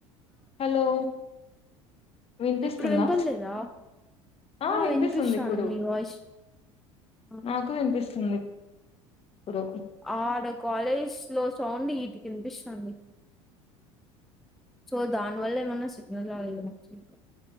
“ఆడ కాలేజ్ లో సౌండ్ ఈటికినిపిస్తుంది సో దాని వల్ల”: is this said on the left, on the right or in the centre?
Centre